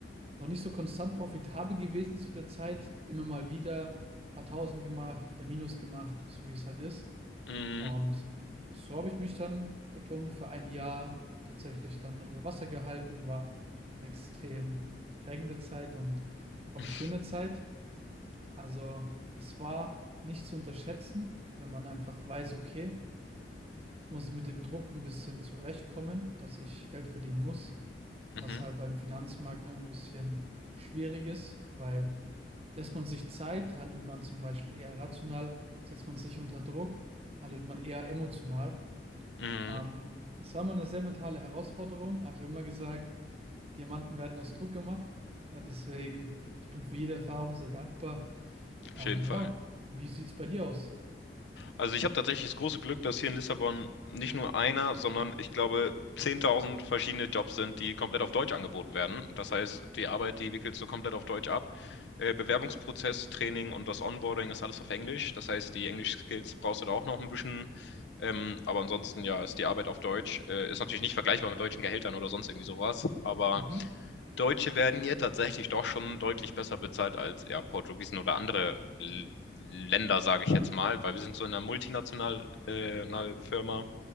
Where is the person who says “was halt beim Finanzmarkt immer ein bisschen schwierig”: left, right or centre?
Right